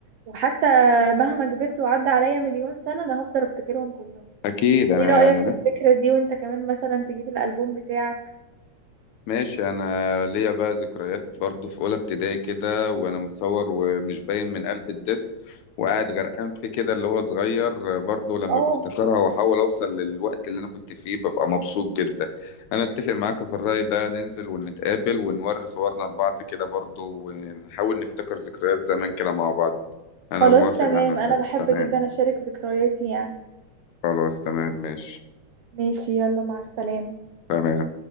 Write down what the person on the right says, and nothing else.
وحتى مهما كبرت وعدى عليا مليون سنه انا هفضل افتكرهم كلهم
ايه رايك
في الفكره دي وانت كمان مثلا تجيب الالبوم بتاعك
اه
خلاص
تمام
انا بحب
جدا اشارك ذكرياتي يعني
ماشي يلا مع السلامه